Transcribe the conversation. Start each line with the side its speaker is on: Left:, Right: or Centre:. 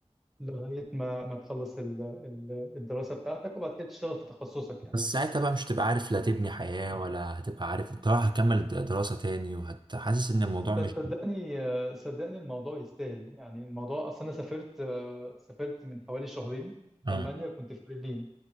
Centre: لغاية ما ما تخلص ال- ال- الدراسة بتاعتك وبعد كده تشتغل في تخصصك يعني
Right: بس ساعتها بقى مش هتبقى عارف لا تبني حياة ولا هتبقى عارف انت رايح هتكمل د- دراسة تاني وهتحسس ان الموضوع مش
Centre: بس صدقني صدقني الموضوع يستاهل يعني الموضوع اصلا انا سافرت آه، سافرت من حوالي شهرين
Right: اه
Centre: المانيا كنت في برلين